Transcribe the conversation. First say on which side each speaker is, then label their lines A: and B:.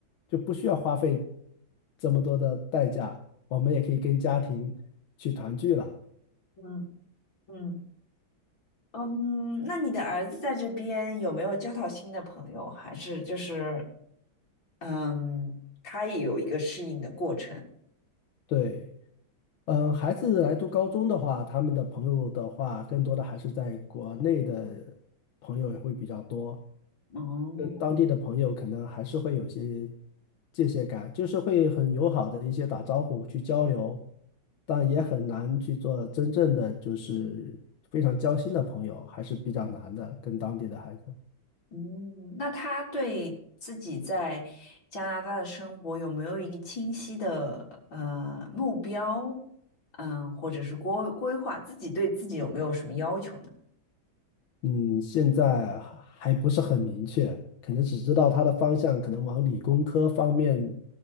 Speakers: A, on the left; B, on the left.
A: 就不需要花费这么多的代价，我们也可以跟家庭去团聚了。
B: 嗯嗯嗯，那你的儿子在这边有没有交到新的朋友？还是就是嗯，他也有一个适应的过程？
A: 对。嗯，孩子来读高中的话，他们的朋友的话，更多的还是在国内的朋友也会比较多，
B: 哦，
A: 跟当地的朋友可能还是会有些界限感，就是会很友好的一些打招呼去交流，但也很难去做真正的就是非常交心的朋友，还是比较难的，跟当地的孩子。
B: 嗯，那他对自己在加拿大的生活有没有一个清晰的呃目标？嗯，或者是规规划，自己对自己有没有什么要求呢？
A: 嗯，现在还还不是很明确，可能只知道他的方向可能往理工科方面